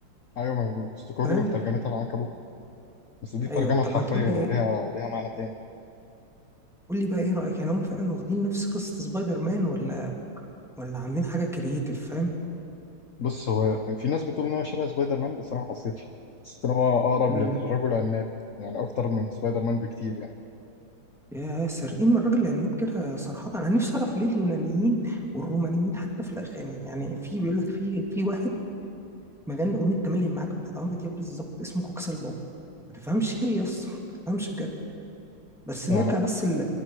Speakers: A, on the left; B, in the centre.
A: ايوه ما هو بوستوكوجلو
B: فاهم
A: ترجمتها العنكبوت بس دي الترجمه
B: أيوة
A: الحرفيه
B: طب ما تقولي
A: ليها ليها معنى تاني
B: قولي بقى إيه رأيك يعني هم فعلا واخدين نفس قصة سبايدر مان ولا ولا عاملين حاجة كرييتيف فاهم
A: بص هو في ناس بتقول ان هو شبه سبايدر مان بس انا ما حسيتش حسيت ان هو اقرب
B: امم
A: للرجل
B: مم.
A: العناب يعني اكتر من سبايدر مان بكتير يعني
B: يا سارقين من الراجل العناب كده صراحة أنا نفسي أعرف ليه اليونانيين والرومانيين حتى في الأغاني يعني في بيقول لك في في واحد مغني أغنية تملي معاك بتاعت عمرو دياب بالظبط اسمه كوكسال بابا ما تفهمش ليه يا اسطى ما تفهمش بجد بس
A: يعني
B: نرجع بس لل-